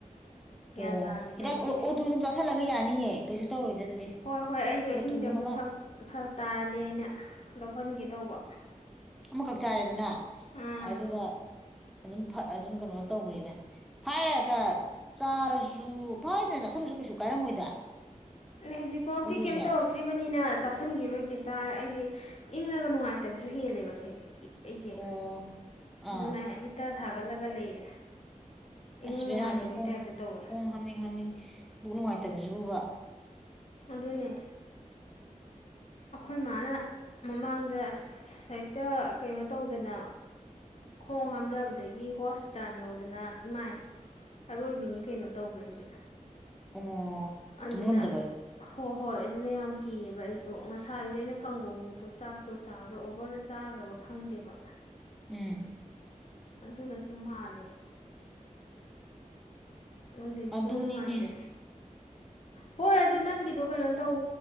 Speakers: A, on the left; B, in the centre.
A: ꯒ꯭ꯌꯥꯟ
B: ꯑꯣ
A: ꯇꯥꯗꯦ
B: ꯍꯤꯗꯥꯛ
A: ꯇꯧꯔꯤꯁꯦ
B: ꯑꯣ ꯑꯣꯇꯨ ꯑꯗꯨꯝ ꯆꯥꯥꯁꯜꯂꯒ ꯌꯥꯅꯤꯌꯦ ꯀꯩꯁꯨ ꯇꯧꯔꯣꯏꯗ ꯑꯗꯨꯗꯤ
A: ꯍꯣꯏ ꯍꯣꯏ ꯑꯩꯁꯨ
B: ꯑꯣꯇꯨꯒꯨꯝꯕ
A: ꯑꯍꯤꯡꯗ ꯑꯃꯨꯛ
B: ꯑꯃ
A: ꯐꯔꯛ ꯇꯥꯔꯗꯤ ꯑꯩꯅ ꯂꯧꯍꯟꯒꯦ ꯇꯧꯕ
B: ꯑꯃꯈꯛ ꯆꯥꯏꯔꯦꯗꯅ
A: ꯑꯥ
B: ꯑꯗꯨꯒ ꯑꯗꯨꯝ ꯑꯗꯨꯝ ꯀꯩꯅꯣ ꯇꯧꯕꯅꯤꯅ ꯐꯥꯏꯔꯒ ꯆꯥꯔꯁꯨ ꯐꯥꯏꯗꯅ ꯆꯥꯊꯂꯁꯨ ꯀꯩꯁꯨ ꯀꯥꯏꯔꯝꯃꯣꯏꯗ
A: ꯑ ꯍꯧꯖꯤꯛꯐꯥꯎꯗꯤ
B: ꯑꯣꯇꯨꯁꯦ
A: ꯀꯩꯝ ꯇꯧꯔꯛꯇ꯭ꯔꯤꯕꯅꯤꯅ ꯆꯥꯥꯁꯟꯈꯤꯔꯣꯏꯒꯤ ꯆꯥꯔ ꯑꯩꯗꯤ ꯏꯪꯉꯒ ꯅꯨꯡꯉꯥꯏꯇꯕꯁꯨ ꯍꯦꯜꯂꯦꯕꯁꯦ ꯑꯩꯁꯦ
B: ꯑꯣ ꯑꯥ
A: ꯑꯗꯨꯅ ꯍꯇ ꯊꯥꯒꯠꯂꯒ ꯂꯩꯔꯦ
B: ꯑꯁ
A: ꯏꯅꯨꯡ
B: ꯕꯦꯔꯥꯅꯤ
A: ꯅꯨꯡꯉꯥꯏꯇꯕꯩ
B: ꯀꯣ
A: ꯇꯥꯏꯞꯇ ꯇꯧꯋꯦ
B: ꯈꯣꯡꯍꯝꯅꯤꯠ ꯍꯝꯅꯤꯡ ꯕꯨꯛꯅꯨꯡꯉꯏ ꯐꯠꯇꯕꯕꯁꯤꯕꯨꯕ
A: ꯑꯗꯨꯅꯦ ꯑꯩꯈꯣꯏ ꯃꯥꯅ ꯃꯃꯥꯡꯗ ꯑꯁ ꯍꯦꯛꯇ ꯀꯩꯅꯣ ꯇꯧꯗꯅ ꯈꯣꯡ ꯍꯥꯝꯊꯕꯗꯒꯤ ꯍꯣ ꯨꯇꯥꯟ ꯌꯧꯗꯅ ꯏꯃꯥꯏ ꯑꯔꯣꯏꯕꯤꯅꯤ ꯀꯩꯅꯣ ꯇꯧꯈ꯭ꯔꯤꯁꯦ
B: ꯑꯣ
A: ꯑꯗꯨꯅ
B: ꯇꯨꯝ ꯉꯝꯗꯕ
A: ꯍꯣ ꯍꯣꯏ ꯑꯗꯨꯅ ꯌꯥꯝ ꯀꯤꯌꯦꯕ ꯑꯩꯁꯨ ꯉꯁꯥꯏꯁꯦ ꯑꯩꯅ ꯀꯥꯡꯒꯧꯗꯣ ꯆꯥꯛꯇꯣ ꯆꯥꯕꯗꯣ ꯑꯣꯕꯔꯗ ꯆꯥꯈ꯭ꯔꯕ ꯈꯪꯗꯦꯕ
B: ꯎꯝ
A: ꯑꯗꯨꯅꯁꯨ ꯃꯥꯂꯦ ꯅꯨꯡꯊꯤꯟꯗꯤ
B: ꯑꯗꯨꯅꯤꯅꯦ
A: ꯁꯨꯡ ꯅꯨꯡꯉꯥꯏꯇ꯭ꯔꯦ ꯍꯣꯏ ꯑꯗꯣ ꯅꯪꯒꯤꯗꯣ ꯀꯩꯅꯣ ꯇꯧ